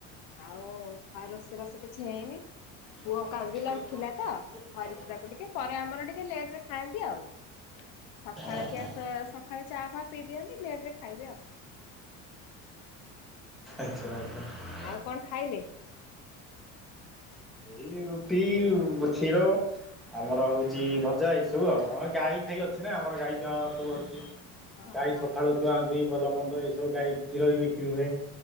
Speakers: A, on the left (about 65°); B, in the centre.
A: ଆଉ ଆଉରୋଷେଇ ଵାଷ କିଛି ହେଇନି।
B: ନ
A: ପୁଅ
B: ପା
A: କାନ୍ଦିଲା
B: <unintelligible>
A: ଉଠିଲା ତ ଧରିଛି ତାକୁ ଟିକେ ପରେ ଆମର ଟିକେ ଲେଟ ରେ ଖାଆନ୍ତି ଆଉ ପଖାଳ
B: ଓହୋ
A: ଖିଆ ଆସ ସକାଳେ ଚା ଫା ପିଇ ଦିଅନ୍ତି ଲ୍ଲେଟ ରେ ଖାଇବେ ଆଉ।
B: ଆଛା ଆଛା। <unintelligible>
A: ଆଉ କଣ ଖାଇଲେ?
B: ଏଇ ରୁଟି କ୍ଷୀର ଆମର ହଉଛି ଭଜା ଏଇ ସବୁ ଆଉ ଆମ ଗାଈ ଗାଈ ଅଛି ନା ଆମର ଗାଈ ଗୁଆ ସବୁ ଅଛି
A: ଓହୋ
B: ଗାଈ ସ ଠାରୁ ଧୁଆଁ ଧୁଇଁ ଭଲ ମନ୍ଦ ଏଇସବୁ ଗାଈ କ୍ଷୀର ବି ବିକ୍ରି ହୁଏ।